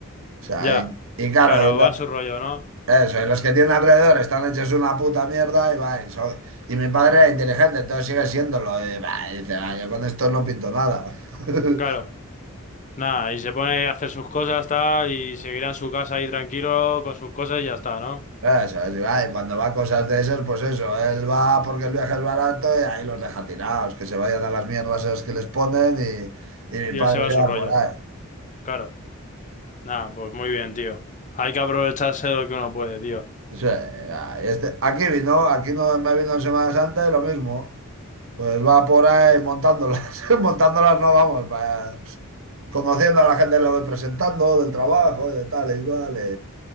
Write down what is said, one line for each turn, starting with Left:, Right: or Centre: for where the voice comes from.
Right: O sea,
Left: Ya.
Right: y, y claro,
Left: Claro,
Right: y la-
Left: va a su rollo, ¿no?
Right: eso, y los que tienen alrededor están hechos una puta mierda y va, y, soy- y mi padre era inteligente, entonces sigue siéndolo. Y, bah, y dice, "Ah, yo con esto no pinto nada. <laughs>
Left: Claro. Nada, y se pone a hacer sus cosas, tal, y seguirá en su casa ahí tranquilo con sus cosas y ya está, ¿no?
Right: Eso, es, y cuando va a cosas de esas, pues eso, él va porque el viaje es barato y ahí los deja tirados, que se vayan a las mierdas esas que les ponen y, y mi
Left: Y
Right: padre
Left: él se va
Right: se
Left: a su
Right: va
Left: rollo.
Right: por ahí.
Left: Claro. Nada, pues muy bien, tío. Hay que aprovecharse de lo que uno puede, tío.
Right: Sí, va, este, aquí vino, aquí no me vino en Semana Santa y lo mismo, pues va por ahí montándolas, <laughs> montándolas no vamos, va, pues, conociendo a la gente que le voy presentando, del trabajo, de tal, igual,